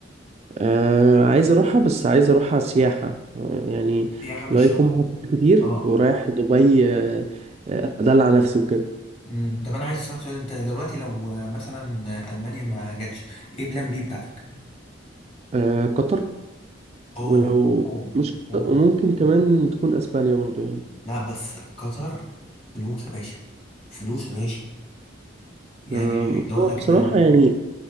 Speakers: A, on the right; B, on the left.
A: آه، عايز اروحها بس عايز اروحها سياحه آه، يعني
B: سياحة مش
A: لو يكون
B: شغل
A: معايا فلوس كتير
B: اه
A: ورايح دبي آه، آه، ادلع نفسي وكده
B: مم. طب انا عايز اسالك سؤال انت دلوقتي لو آه، مثلا آه، المانيا ما جاتش ايه بلان بي بتاعتك
A: آه، قطر
B: اوه
A: ولو
B: اوه
A: مش
B: اوه
A: قطر، وممكن كمان تكون اسبانيا برضو يعني
B: لا بس قطر فلوس يا باشا فلوس يا باشا يعني
A: آه،
B: عايز اقول
A: هو
B: لك
A: بصراحة
B: انا
A: يعني